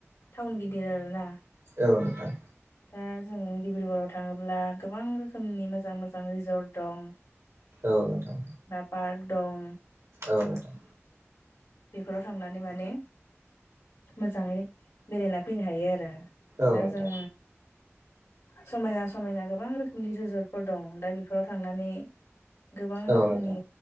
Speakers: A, on the left (about 80°); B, on the right (about 80°).
A: टाउन गिदिर आरो ना
B: औ नोंथां
A: दा जों डिब्रुगर आव थाङोब्ला गोबां रोखोमनि मोजां मोजां रिजर्ट दं।
B: औ नोंथां
A: बा पार्क दं
B: औ नोंथां।
A: बेफोराव थांनानै माने मोजाङै बेरायना फैनो हायो आरो
B: औ
A: दा
B: नोंथां
A: जों समायना समायना गोबां रोखोमनि रिजर्टफोर दं दा बेफोराव थांनानै गोबां
B: औ
A: रोखोमनि
B: नोंथां